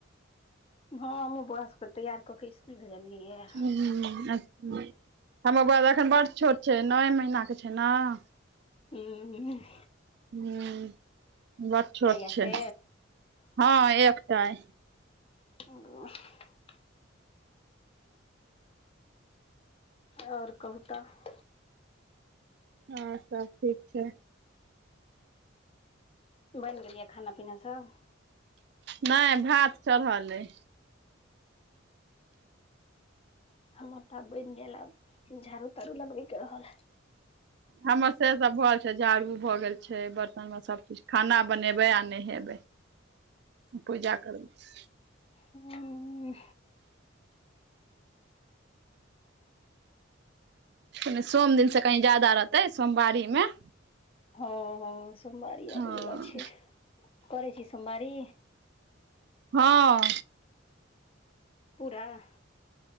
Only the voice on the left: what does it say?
हँ हमहूँ बौआ सबके तैयार कऽ के इसकुल भेजलियै य।
हूँ-
यऽ
से
<unintelligible> और कहू तऽ-
बइन गेलैये सब खाना पीना सब?
हमर तऽ बइन गेल आब। झाड़ू -ताड़ू लगबै के रहल।
हूँ।
हँ हँ सोमवारी
आबे वला छै। करै छी सोमवारी?
पूरा?